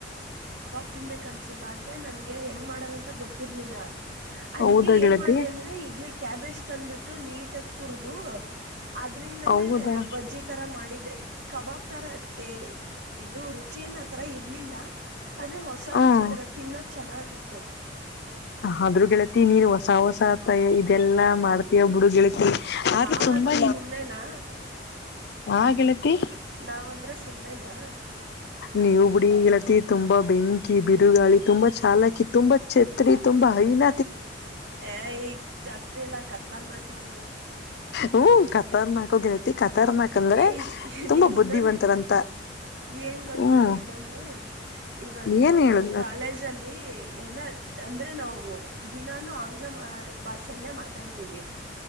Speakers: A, on the right; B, on the left.
A: ತಿನ್ಬೇಕ ಅನ್ಸೋದಾದ್ರೆ ನನ್ಗೆ ಹೆಂಗ್ ಮಾಡೋದಂತ ಗೊತ್ತ ಇರ್ಲಿಲ್ಲ ಅದಕ್ಕೆ
B: ಹೌದಾ
A: ಏನ್
B: ಗೆಳತಿ
A: ಮಾಡ್ರ ಅಂದ್ರೆ ಇದನ ಕ್ಯಾಬೇಜ್ ತಂದುಬಿಟ್ಟು ನೀಟಾಗಿ ತುರ್ದುು ಆದ್ರಿಂದಾನೇ
B: ಹೌದಾ
A: ಬಜ್ಜಿ ಥರ ಮಾಡಿದೆ ಕಬಾಬ್ ಥರ ಟೇ ಇದು ರುಚಿ ಏನ ಆಥರ ಇರಲಿಲ್ಲ ಆದದ್ರೆ ಹೊಸ
B: ಹ್ಮ
A: ರುಚಿ ತರ ತಿನ್ನಕ್ ಚೆನ್ನಾಗಿತ್ತು
B: ಆದ್ರೂ ಗೆಳತಿ ನೀರ್ ಹೊಸ ಹೊಸ ಆತ ಇದೆಲ್ಲಾ ಮಾಡ್ತಯಬ್ಬುಡು ಗೆಳತಿ ಆ್
A: ನಾವಂದರೆ
B: <unintelligible> ತುಂಬಾ
A: ಸುಮ್ಮನೆನಾ
B: ಆ ಗೆಳತಿ
A: ನಾವಂದ್ರೆ ಸುಮ್ಮ್ನೆನಾ
B: ನೀವು ಬಿುಡಿ ಗೆಳತಿ ತುಂಬಾ ಬೆಂಕಿ ಬಿರುಗಾಳಿ ತುಂಬಾ ಚಾಲಕಿ ತುಂಬಾ ಛತ್ರಿ ತುಂಬಾ ಹೈನ
A: ಏ ಚಾತ್ರಿ ಎಲ್ಲ ಕತ್ತರ್ನಕ್ ನಾನು
B: ಹ್ಮ ಕ ಖತರ್ನಾಕ್ ಗೆಳತಿ ಖತರ್ನಾಕ್ ಅಂದ್ರೆ
A: ಏಯ್
B: ತುಂಬಾ
A: ನಿಂಗ್
B: ಬುದ್ಧಿವಂತರಂತ
A: ಇನ್ನೊಂದ್ ಏನ್ ಗೊತ್ತಾ
B: ಹ್ಮ್
A: ಇನ್ನೊಂದು ಇವತ್ತು
B: ಏನ್ ಹೇಳುದ
A: ನಮ್ ಕಾಲೇಜ ಅಲ್ಲಿ ಎಲ್ಲ ಅಂದ್ರೆ ನಾವು ದಿನಾನೂ ಆಂಗ್ಲ ಭಾಷೆಯಲ್ಲೇ ಮಾತಾಡ್ತೀವಿ